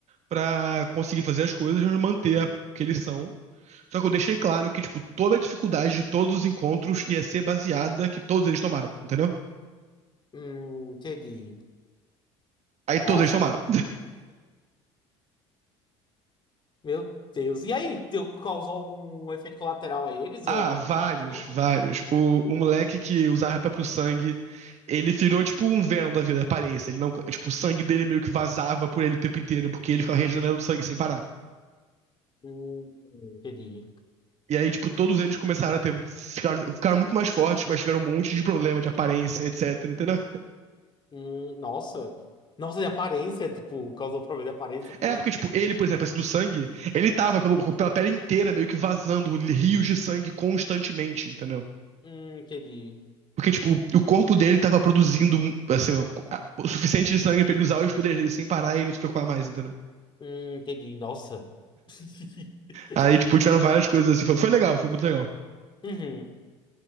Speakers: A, on the right; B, on the left.
A: para conseguir fazer as coisas, mas manter a que eles são, Só que eu deixei claro que, tipo, toda a dificuldade de todos os encontros ia ser baseada que todos eles tomaram, entendeu?
B: Hum, entendi.
A: Aí todos
B: Nossa,
A: eles tomaram.
B: que... Meu Deus. E aí, deu, causou algum efeito colateral a eles?
A: Ah,
B: Ou algum
A: vários,
B: tipo? Não.
A: vários. O, o moleque que usava próprio sangue, ele virou tipo um Venom da vida, aparência. Ele não, tipo, o sangue dele meio que vazava por ele o tempo inteiro, porque ele ficava regenerando sangue sem parar.
B: Hum, entendi.
A: E aí, tipo, todos eles começaram a ter. Ficaram, ficaram muito mais fortes, mas tiveram um monte de problema de aparência, etc, entendeu?
B: Hum, nossa. Nossa, de aparência, tipo, causou problema de aparência, foi?
A: É, porque, tipo, ele, por exemplo, esse do sangue, ele tava pelo, pela tela inteira meio que vazando rios de sangue constantemente, entendeu?
B: Hum, entendi.
A: Porque, tipo, o corpo dele tava produzindo, assim, o suficiente de sangue pra ele usar os poderes dele sem parar e ele não se preocupar mais, entendeu?
B: Hum, entendi. Nossa. <laughs>
A: Aí, tipo, tiveram várias coisas assim. Foi, foi legal, foi muito legal.
B: Uhum.